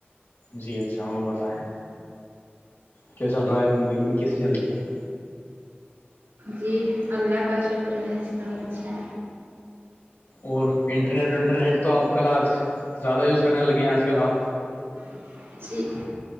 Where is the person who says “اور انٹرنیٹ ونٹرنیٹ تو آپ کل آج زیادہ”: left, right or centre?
Left